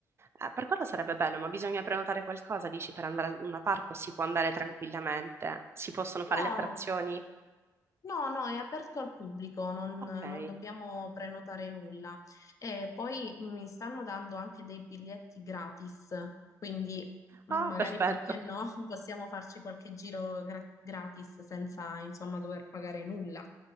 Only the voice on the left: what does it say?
No.
No, no, è aperto al pubblico, non,
non dobbiamo prenotare nulla. E poi mi stanno dando anche dei biglietti gratis, quindi mh,
magari
perché no, <laughs> possiamo farci qualche giro gra- gratis senza, insomma, dover pagare nulla.